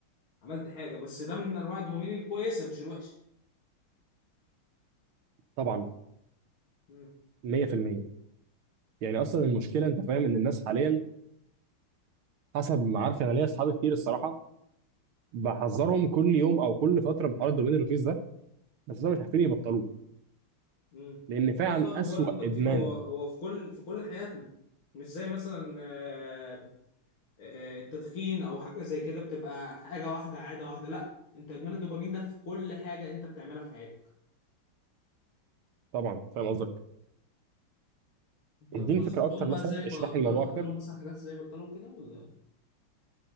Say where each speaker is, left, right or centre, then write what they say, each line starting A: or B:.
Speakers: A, on the left (about 70°); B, on the right (about 75°).
A: عملت حاجه بس ده من انواع الدوبامين الكويسه مش الوحشه
B: طبعا
A: امم
B: 100% يعني اصلا المشكله انت فاهم ان الناس حاليا حسب ما عارف انا ليا اصحابي كتير الصراحه بحذرهم كل يوم او كل فتره من حوار الدوبامين الرخيص ده بس ده مش عارفين يبطلوه
A: امم
B: لان فعلا
A: هو صعب
B: اسوأ
A: برضه التبطيل
B: ادمان
A: هو هو في كل في كل حياتنا مش زي مثلا آه، آه، التدخين او حاجه زي كده بتبقى حاجه واحده عاده واحده لا انت ادمان الدوبامين ده في كل حاجه انت بتعملها في حياتك
B: طبعا فاهم قصدك
A: طب
B: اديني
A: ونصحتهم
B: فكره اكتر
A: بقى
B: مثلا
A: ازاي بطلوا
B: اشرح لي الموضوع
A: قلت
B: اكتر
A: لهم مثلا حاجات ازاي بطلوا كده ولا